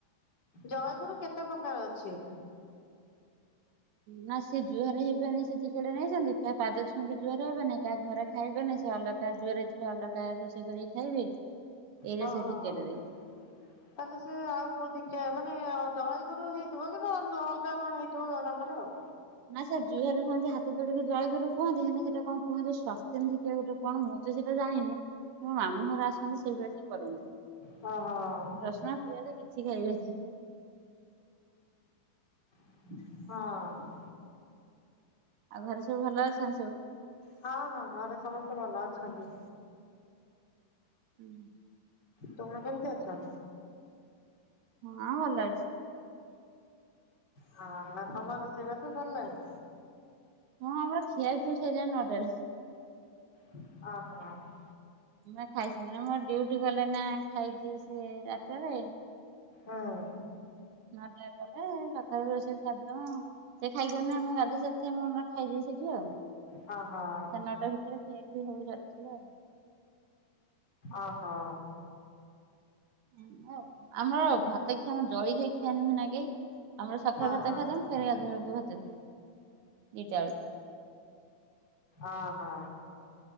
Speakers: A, on the left (about 30°); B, on the right (about 80°).
A: ଜୟଗୁରୁ କେତେ ପ୍ରକାର ଅଛି?
B: ନା ସେ ଜୁହାର ହେବେନି, ସେ ଧିକାଟେ ନେଇଛନ୍ତି, କାହା ପାଦ ଛୁଇଁ ଜୁହାର ହେବେନି। କାହା ଘରେ ଖାଇବେନି ସେ ଅଲଗା, ଜୋରରେ ଯିବେ ଅଲଗା ରୋଷେଇ କରିକି ଖାଇବେ। ଏଇରା
A: ହଁ,
B: ସେ
A: ହଁ
B: ଧିକାଟାରେ।
A: ତମେ ସେ ଆଉ କୋଉ ଦିଖା, ମାନେ ଜୟଗୁରୁ ହେଇଥିବ, କିନ୍ତୁ ନୂଆଅଲଗା କଣ ହେଇଥିବ ତାଙ୍କର। ଆଉ
B: ନା ସାର୍ ଜୁହାର ହୁଅନ୍ତି ହାତ ଯୋଡିକି ଜଳଗୁରୁ କୁହନ୍ତି, ହେନେ ସେଟା କଣ କୁହନ୍ତି ସ୍ଥ୍ୟସ୍ଥେନ୍ଦିକେ ଗୋଟେ କଣ ମୁଁ ତ ସେଇଟା ଜାଣିନି, ମୋ ମାମୁଁ ଘରେ ଆସନ୍ତି ସେଇଭଳିଆ ସେ କରନ୍ତି।
A: ହଁ, ହଁ
B: ରସୁଣ ପିଆଜ କିଛି ଖାଇବେନି
A: ହଁ
B: ଆଉ ଘରେ ସବୁ ଭଲ ଅଛନ୍ତି ସବୁ?
A: ହଁ, ହଁ, ଘରେ ସମସ୍ତେ ଭଲ ଅଛନ୍ତି।
B: ହୁଁ <inaudible>
A: ତୁମେ କେମତି ଅଛ?
B: ହଁ--ଭଲ ଅଛି।
A: ହଁ, ତମ ରୋସେଇବାସ ସରିଲାଣି?
B: ହଁ, ଆମର ଖିଆଖିଇ ସରିଲାଣି ନଅଟାରୁ।
A: ଅହଁ
B: ମୁଁ ବା ଖାଇସାରିଲିଣୀ, ହଁ ଡ଼ିଉଟି ଗଲେ ନା ଖାଇକି ସେ ଆଠଟାରେ।
A: ହଁ
B: ନଅଟା ରେ ଗଲେ, ସାତଟାରୁ ରୋଷେଇ ସାରିଦେବ, ସେ ଖାଇକି ଗଲେଆମଗାଧୁଆସ ଥିମୁ ଆମେ। ଖାଇଦେଉସେଠି ଆଉ,
A: ହଁ, ହଁ।
B: ସା ନଅଟା ଭିତରେ ଖିଆଖିଇ ସବୁ ଚାଲିଥିବ ଆଉ।
A: ଓହୋ।
B: ଆମର ଆମର ଭାତ ଖିଆ ଆମ ଜଳ ଖିଆ ନୁହେଁ ନା କେଇ। ଆମର ସଖାଳେ
A: ହଁ
B: ଭାତ
A: ହଁ
B: ଖାଇଦମି, ଫେରେ ଗାଧୁଆବେଳକୁ ଭାତ ଖାଇ <inaudible> ଦିଇଟା ବେଳୁ।
A: ଓ ହୋ।